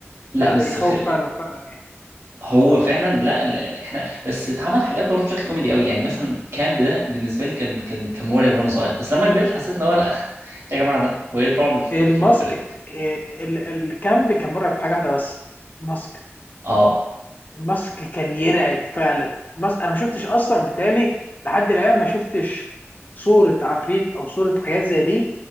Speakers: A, on the right (about 80°); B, on the left (about 40°).
A: لا
B: لا
A: بس
B: لا، يخوف
A: خ...
B: فعلا فعلا يعني
A: هو فعلا لا, لا احنا بس اتعمل حاجات برضه بشكل كوميدي قوي يعني مثلا كامب ده بالنسبه لي كان كان كان مرعب وانا صغير بس لما كبرت حسيت ان هو لا <laughs> يا جماعه ده هو ايه الرعب في,
B: الماسك
A: في, في
B: إيه، ال- الكامب كان مرعب في حاجه واحده بس الماسك
A: اه
B: الماسك كان يرعب فعلا الماسك انا ما شفتش اصلا بالتالي لحد الان ما شفتش صوره عفريت او صوره حاجات زي دي